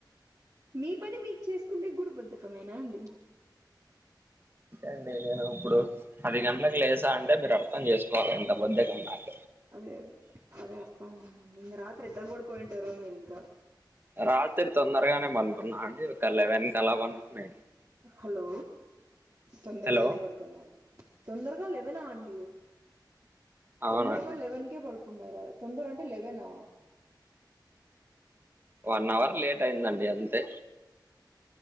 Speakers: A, on the right (about 50°); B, on the right (about 30°).
A: మీ పని మీకు చేసుకుంటే గుడి బధకెమేనా అండి
B: ండి నేను ఇప్పుడు పది గంటలకు లేసా అంటే మీరు అర్థం చేసుకోవాలి ఇంత బద్దగా నాక
A: అదే అదే అదే వస్తాండి రాత్రి ఇద్దరు కూడాడి పోయింటారు మీరి ఇంకా
B: రాత్రి తొందరగానే పనుకున్నా అండి ఒక ఎలెవన్ కలా పనుకున్నా
A: హలో తొందరగానే
B: హలో
A: పడుకున్నారు తొందరగా లెవెన్ ఆ అండి
B: అవునండి
A: తొందరగా లెవెన్ కే పడుకు న్నా తొందర అంటే లేవేనా
B: వన్ అవర్ లేట్ అయిందండి అంతే